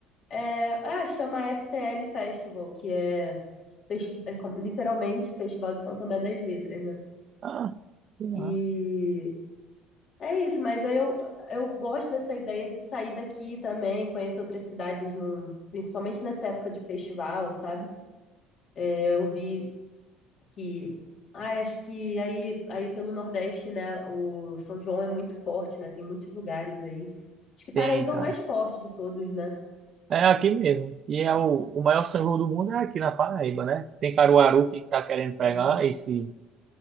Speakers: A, on the left (about 35°); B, on the right (about 30°).
A: É, ah, chama STL Festival, que é, festi- é como- literalmente Festival de São Tomé das Letras, né?
B: Ah, que massa.
A: E É isso, mas aí eu, eu gosto dessa ideia de sair daqui também, conhecer outras cidades, num, principalmente nessa época de festival, sabe? É, Eu vi que, ai, acho que aí, aí pelo Nordeste, né, o São João é muito forte, né? Tem muitos lugares aí. Acho que Paraíba
B: Tem, cara.
A: é o mais forte de todos, né?
B: É aqui mesmo. E é o, o maior São João do mundo é aqui na Paraíba, né? Tem Caruaru que tá querendo pegar
A: Paraíba.
B: esse